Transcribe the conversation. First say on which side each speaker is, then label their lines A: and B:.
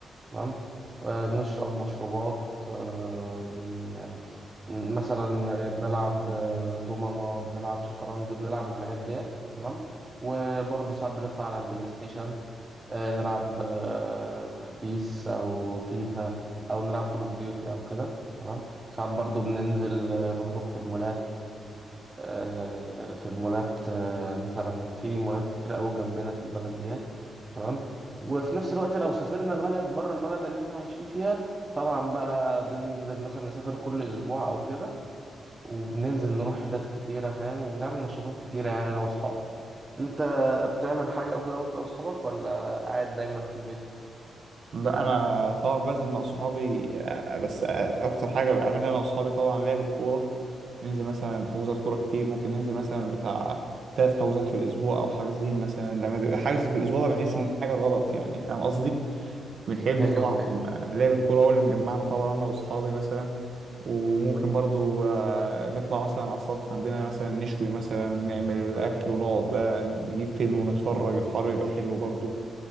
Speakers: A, on the right; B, on the right.
A: تمام ونشرب مشروبات آه، ون- يعني مثلا بنلعب آه، دومنة بنلعب شطرنج بنلعب الحاجات ديت تمام وبرضه ساعات بنطلع على البلاي ستيشن آه، نلعب آه، بيس او فيفا او نلعب كول اوف ديوتي او كده تمام وساعات برضو بننزل آه، نخرج في المولات آه، في المولات آه، مثلا في مولات كتيرة قوي جنبنا في البلد ديت تمام وفي نفس الوقت لو سافرنا بلد بره البلد اللي احنا عايشين فيها طبعا بقى بننزل مثلا نسافر كل اسبوع او كده وبننزل نروح حتت كتيرة فاهم وبنعمل نشاطات كتيرة يعني انا واصحابي انت بتعمل حاجة او كده وانت واصحابك ولا قاعد دايما في البيت
B: لا انا طبعا بنزل مع صحابي آه، بس آه، اكتر حاجة بعملها انا وصحابي طبعا لعب الكورة ننزل مثلا حجوزات كورة كتير ممكن ننزل مثلا بتاع ثلاث حجوزات في الاسبوع او حاجزين مثلا لما بيبقى حجز في الاسبوع ده بحس
A: مم.
B: ان في حاجة غلط يعني فاهم قصدي بنحب
A: ايوه
B: طبعا
A: ايوه
B: لعب الكورة هو اللي مجمعنا طبعا أنا وأصحابي مثلا وممكن برضو آه، نطلع مثلا على السطح عندنا مثلا نشوي مثلا نعمل أكل ونقعد بقى نجيب فيلم ونتفرج الحر يبقى حلو برضو